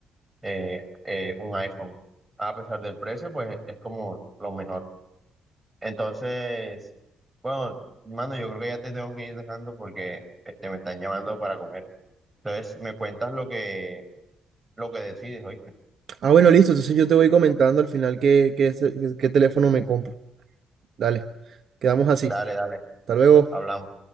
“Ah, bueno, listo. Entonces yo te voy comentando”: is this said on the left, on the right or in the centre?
Right